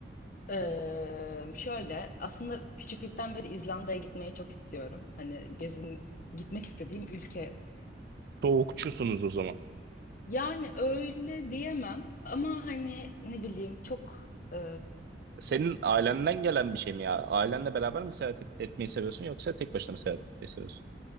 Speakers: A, on the left; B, on the right.
A: Ee, şöyle aslında küçüklükten beri İzlanda'ya gitmeyi çok istiyorum. Hani gezin gitmek istediğim ülke.
B: Soğukçusunuz o zaman.
A: Yani öyle diyemem ama hani ne bileyim çok e,
B: Senin ailenden gelen bir şey mi ya? Ailenle beraber mi seyahat et- etmeyi seviyorsun yoksa tek başına mı seyahat etmeyi seviyorsun?